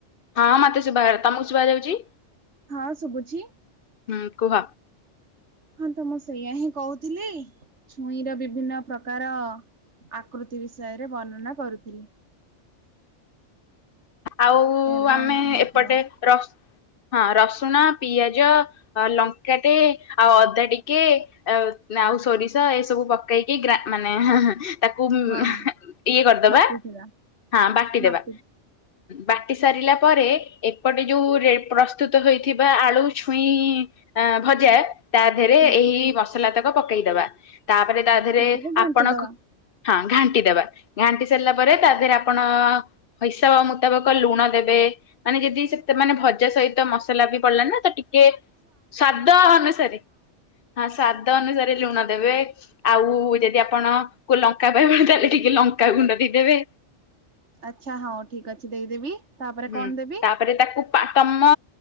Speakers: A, on the left; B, on the right.
A: ହଁ ମତେ ଶୁଭାଗଲା, ତମକୁ ଶୁଭା ଯାଉଛି।
B: ହଁ ଶୁଭୁଛି।
A: ହୁଁ କୁହ?
B: ହଁ ତ ମୁଁ ସେଇୟା ହିଁ କହୁଥିଲି ଛୁଇଁ ର ବିଭିନ୍ନ ପ୍ରକାର ଆକୃତି ବିଷୟରେ ବର୍ଣ୍ଣନା କରୁଥିଲି।
A: ଆଉ
B: ଏବଂ
A: ଆମେ
B: ହଁ
A: ଏପଟେ
B: କୁହ
A: ର ହଁ ରସୁଣ ପିଆଜ ଲଙ୍କାଟେ ଆଉ ଅଦା ଟିକେ ଆ ଆଉ ସୋରିଷ ଏସବୁ ପକେଇକି ଗ୍ର ମାନେ ତାକୁ
B: ହଁ
A: ଇଏ କରିଦବା,
B: ବାଟି ଚୁରା
A: ହଁ ବାଟିଦବା
B: ବାଟି
A: ବାଟି ସାରିଲା ପରେ, ଏପଟେ ଯୋଉ ରେ ପ୍ରସ୍ତୁତ ହୋଇଥିବା ଆଳୁଛୁଇଁଭଜା ତା ଦେହରେ
B: ହୁଁ।
A: ଏହି ମସଲା ତକ ପକେଇଦବା। ତାପରେ ତା ଦେହରେ
B: ତାକୁ ଘାଣ୍ଟି
A: ଆପଣ
B: ଦବା
A: ଖ ହଁ ଘାଣ୍ଟିଦେବା। ଘାଣ୍ଟି ସାରିଲା ପରେ ତା ଦେହରେ ଆପଣ ହିସାବ ମୁତାବକ ଲୁଣ ଦେବେ, ମାନେ ଯଦି ସେ ସେମାନେ ଭଜା ସହିତ ମସ ଲାଗିପଡିଲା ନା ତ ଟିକେ ସ୍ଵାଦ ଅନୁସାରେ ହଁ ସାଧା ଅନୁସାରେ ଲୁଣ ଦେବେ ଆଉ ଯଦି ଆପଣ ଲଙ୍କା ପାଇବେନି ତାହେଲେ ଟିକେ ଲଙ୍କାଗୁଣ୍ଡ ଦେଇଦେବେ।
B: ଆଚ୍ଛା, ହଁ ଠିକ୍ ଅଛି ଦେଇଦେବି। ତାପରେ
A: ହୁଁ
B: କଣ ଦେବି?
A: ତାପରେ ତାକୁ ପା ତମ